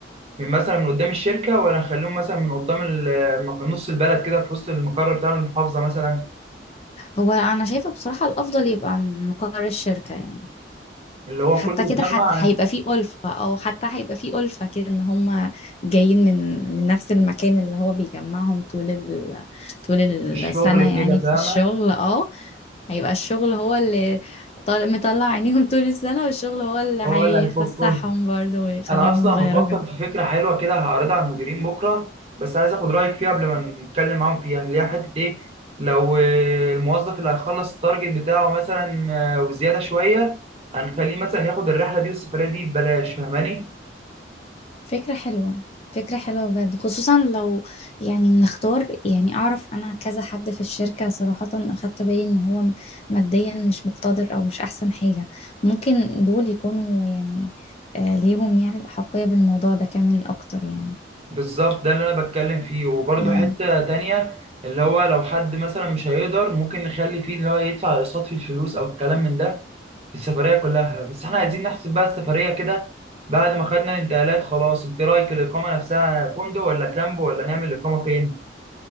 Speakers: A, on the right; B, on the left.
A: من مثلا من قدام الشركه ولا نخليهم مثلا من قدام المك- نص البلد كده في وسط المقر بتاع المحافظه مثلا
B: هو انا شايفه بصراحه الافضل يبقى مقر الشركه يعني
A: اللي هو
B: حتى
A: كله
B: كده
A: يتجمع
B: حتى
A: عن
B: هيبقى فيه الفه او حتى هيبقى فيه الفه كده ان هم جايين من من نفس المكان اللي هو بيجمعهم طول ال... طول
A: الشغل
B: السنه
A: كده
B: يعني في
A: فاهمه
B: الشغل اه هيبقى الشغل هو اللي طال... مطلع عينيهم طول السنه والشغل هو اللي
A: هو
B: هيفسحهم
A: اللي هيفكهم
B: برضه ويخليهم
A: انا اصلا
B: يغيروا
A: بفكر
B: جو
A: في فكره حلوه كده هعرضها على المديرين بكره بس عايز اخد رايك فيها قبل ما نتكلم معاهم فيها اللي هي حته ايه لو آه، الموظف اللي هيخلص التارجت بتاعه مثلا آه، وزياده شويه هنخليه مثلا ياخد الرحله دي والسفريه دي ببلاش فاهماني
B: فكرة حلوة فكرة حلوة بجد خصوصا لو يعني نختار يعني أعرف أنا كذا حد في الشركة صراحة أخدت بالي إن هو ماديا مش مقتدر أو مش أحسن حاجة ممكن دول يكونوا يعني آه، ليهم يعني الأحقية بالموضوع ده كمان أكتر يعني
A: بالظبط ده اللي انا بتكلم فيه وبرده
B: مم.
A: حتة تانية اللي هو لو حد مثلا مش هيقدر ممكن نخلي فيه اللي هو يدفع اقساط في الفلوس او الكلام من ده في السفرية كلها بس احنا عايزين نحسب بقى السفرية كده بعد ما خدنا الانتقالات خلاص انت رايك الاقامة نفسها فندق ولا كامب ولا نعمل الاقامة فين